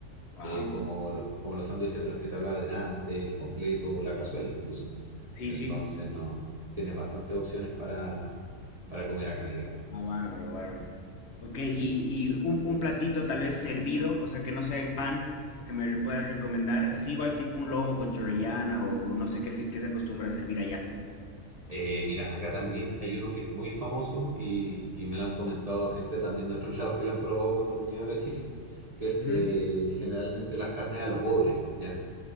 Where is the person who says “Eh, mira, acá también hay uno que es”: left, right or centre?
Right